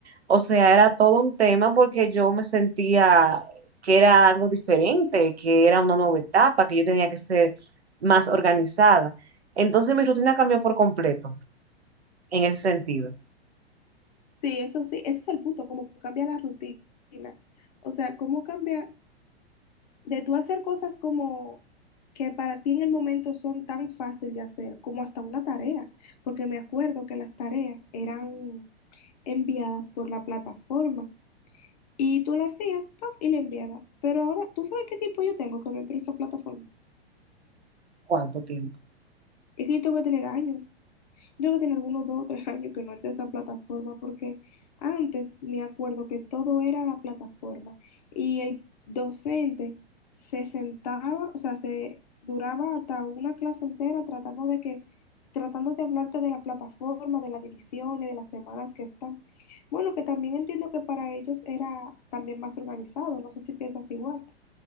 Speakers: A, on the right (about 80°); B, on the left (about 40°).
A: O sea, era todo un tema porque yo me sentía que era algo diferente, que era una nueva etapa, que yo tenía que ser más organizada. Entonces mi rutina cambió por completo en ese sentido.
B: Sí, eso sí, ese es el punto, cómo cambia la rutina. O sea, cómo cambia de tú hacer cosas como que para ti en el momento son tan fácil de hacer, como hasta una tarea, porque me acuerdo que las tareas eran enviadas por la plataforma y tú las hacías, ¡paf! y la enviabas. Pero ahora, ¿tú sabes qué tiempo yo tengo que no entro a esa plataforma?
A: ¿Cuánto tiempo?
B: Es que yo tengo que tener años. Yo que tenía algunos dos o tres años que no entré a esa plataforma porque antes me acuerdo que todo era la plataforma y el docente se sentaba, o sea, se duraba hasta una clase entera tratando de que, tratando de hablarte de la plataforma, de las divisiones, de las semanas que están. Bueno, que también entiendo que para ellos era también más organizado, no sé si piensas igual